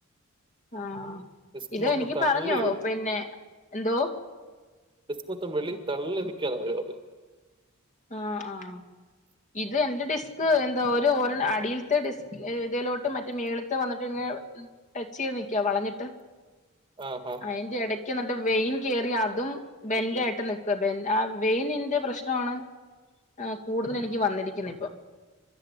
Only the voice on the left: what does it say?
ആഹ്
ഇത്
എനിക്ക്
പറഞ്ഞോ പിന്നെ എന്തോ
ആ ആ ഇത് എന്റെ ഡിസ്ക് എന്തൊ ഒരു ഒര അടിൽത്തെ ഡിസ്ക് എ തലോട്ട് മറ്റേ മേൾത്തെ വന്നിട്ട് പിന്നെ ടച്ച് ചെയ്ത് നിക്ക വളഞ്ഞിട്ട്
അയിന്റെ എടയ് എന്നിട്ട് വെയിൻ കെറി അതും ബെൻ്റ് ആയിട്ട് നിക്ക്വ ബെൻ്റ് ആ വെയിനിന്റെ പ്രശ്നമാണോ ആ കൂടുതൽ എനിക്ക് വന്നിരിക്കുന്നു ഇപ്പൊ